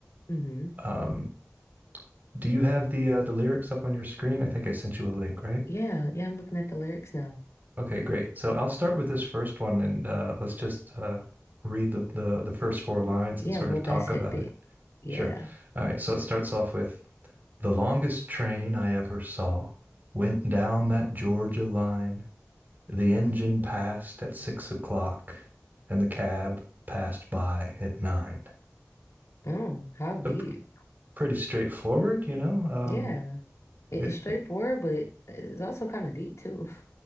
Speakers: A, on the left (about 75°); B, on the right (about 40°).
A: hmm
B: Um, do you have the uh, the lyrics up on your screen? I think I sent you a link, right?
A: Yeah, yeah, I'm looking at the lyrics now.
B: Okay, great. So I'll start with this first one, and uh, let's just uh, read the, the the first four
A: Y-
B: lines
A: Yeah,
B: and sort
A: we'll
B: of
A: dissect
B: talk about
A: it.
B: it.
A: Yeah.
B: Sure. All right. So it starts off with the longest train I ever saw went down that Georgia line The engine passed at six o'clock, and the cab passed by at nine.
A: Oh, how deep.
B: So p- pretty straightforward, you know. Um,
A: Yeah. It,
B: it,
A: it's straightforward,
B: it-
A: but it, it's also kind of deep too. <laughs>